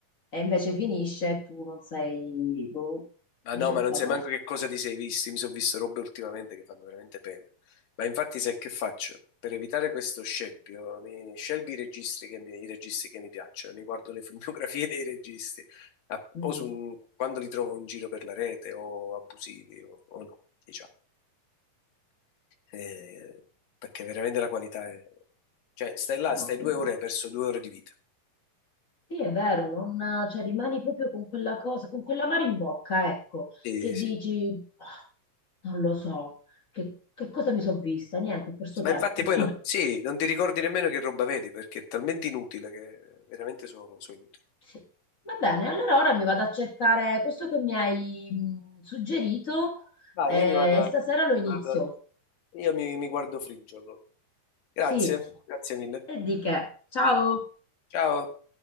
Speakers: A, on the left (about 40°); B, on the left (about 80°).
A: E invece finisce e tu non sei... Boh,
B: Ah
A: dice,
B: no, ma non
A: vabbè,
B: sai manco che cosa ti sei visto. Io Mi sono visto robe ultimamente che fanno veramente pena. Ma infatti, sai che faccio? Per evitare questo scempio, mi scelgo i registri che mi, i registi che mi piacciono, mi guardo le filmografie <laughs> dei registi, a-
A: mm,
B: o su un- quando li trovo in giro per la rete, o abusivi, o, o no, diciamo. Eh, perché veramente la qualità è... Cioè, stai là,
A: no,
B: stai due ore, e hai perso due ore di vita.
A: Sì, è vero, non, cioè, rimani proprio con quella cosa, con quell'amaro in bocca, ecco,
B: Sì,
A: che
B: sì,
A: dici, "Ah, non lo so, che, che cosa mi sono vista? Niente, ho perso
B: sì. Ma
A: tempo.
B: infatti poi
A: <laughs>
B: non, sì, non ti ricordi nemmeno che roba vedi, perché è talmente inutile che veramente sono inutili.
A: Sì. Va bene, allora ora mi vado a cercare questo che mi hai mh, suggerito
B: Vai,
A: eh,
B: io mi vado,
A: e stasera
B: a-
A: lo inizio.
B: mi vado a- io mi, mi guardo Fringe allora. Grazie,
A: Sì,
B: grazie mille.
A: e di che? Ciao!
B: Ciao.